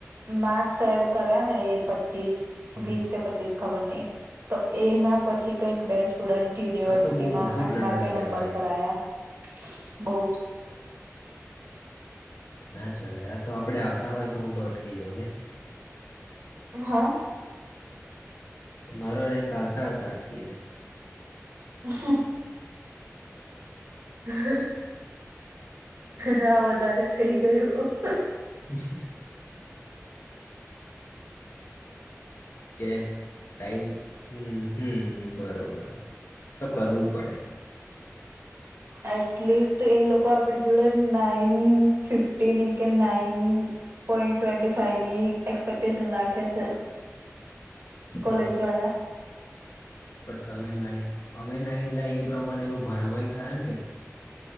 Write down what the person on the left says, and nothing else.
હમ
આ તો બહુ મોટું
બ્લન્ડર
કહેવાય
ના ચલે આ તો આપડે આવતા હોય તો હું તો અટકી જાઉં ને
મારો રેન્ક આવતા આવતા અટકી છે
હ કે ટાઈમ હમ હમ બરોબર તો કરવું પડે
કોણ
પણ તમે અમે નાઈન લ એ પ્રમાણે ન ભણ હોય ખરાણ કે